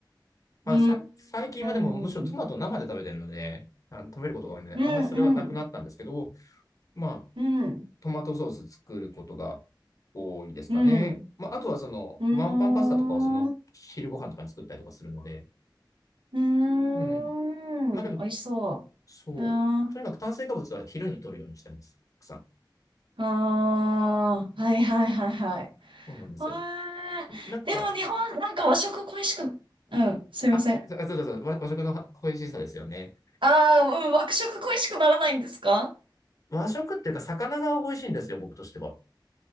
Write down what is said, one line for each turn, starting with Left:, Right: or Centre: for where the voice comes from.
Left: まあ、
Right: うー
Left: さ最近はでもむしろトマト生で食べてるので、
Right: ん。
Left: あの食べることが多いので、
Right: うんうん。
Left: あんまりそれはなくなったんですけど、まあ、
Right: うん。
Left: トマトソース作ることが多いですかね。
Right: うん。
Left: まあ、あとはその、
Right: うーん。
Left: ワンパンパスタとかをその、
Right: う
Left: 昼ご飯とかに作ったりとかするので、
Right: ーん。
Left: うん。まあでも
Right: 美味しそ
Left: そう。
Right: う。あー
Left: とにかく炭水化物は昼に摂るようにしてます。たくさん。
Right: あー。はいはいはいはい。
Left: そうなんですよ。
Right: わー。
Left: なんか、
Right: でも日本、なんか和食恋しく、うん。すいません。
Left: あ、あそうそうそう、和和食の美味しさですよね。
Right: ああ、うん、和食恋しくならないんですか
Left: 和食っていうか、魚が美味しいんですよ、僕としては。